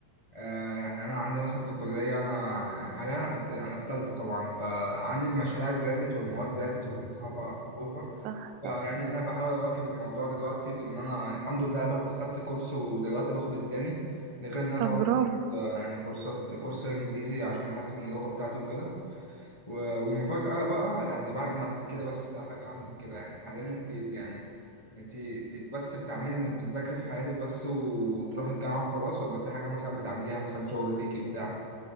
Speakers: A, on the left; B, on the right.
A: آه، يعني انا عندي مثلا في الكليه انا حاليا أنت- انا في ثالثه طبعا فعندي المشاريع زادت والمواد زادت وبقت صعبه اوفر
B: صح
A: فيعني
B: صح
A: انا بحاول اواكب الموضوع دلوقتي بان انا الحمد لله بأ- خدت كورس ودلوقتي باخد التاني ده غير ان انا
B: طب
A: طبعا
B: برافو
A: آه، يعني كورسات كورس انجليزي عشان احسن من اللغه بتاعتي وكده و- والمفاجأة بقى يعني بعد ما تحكي لي بس حاجة عنك كده يعني حاليا انت يعني انت انت بس بتعملي انك بتذاكري في حياتك بس وتروحي الجامعة وخلاص ولا في حاجة مثلا بتعمليها مثلا شغل ليكي بتاع